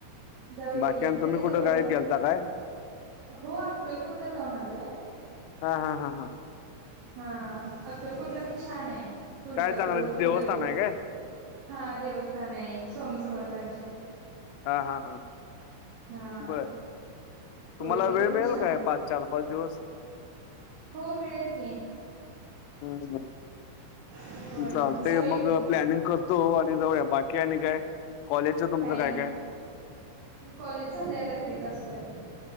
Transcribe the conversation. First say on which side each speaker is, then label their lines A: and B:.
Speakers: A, on the right; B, on the left.
A: जाऊया
B: बाकी
A: की
B: आणि
A: कधी
B: तुम्ही कुठं
A: जाऊया
B: काय
A: मग
B: गेलता काय
A: हो अक्कलकोटला जाऊन आलोय.
B: हा हा हा हा.
A: हा अक्कलकोटला बि छान ये तुळजापूर
B: काय चांगलं ते
A: पंढरपूर
B: देवस्थान आहे काय
A: हा देवस्थान आहे स्वामी समर्थांचे
B: हा हा हा
A: हा
B: बरं तुम्हाला
A: होय तिथे
B: वेळ
A: पण
B: मिळेल
A: छान
B: काय
A: आहे.
B: पाच चार पाच दिवस
A: हो मिळेल की
B: हम्म
A: होय
B: चालतंय
A: जाऊया
B: मग
A: की
B: प्लॅनिंग करतो आणि जाऊया बाकी आणि काय कॉलेजच तुमचं
A: काही
B: काय
A: नाही
B: काय
A: कॉलेज झालंय आता घरीच असतोय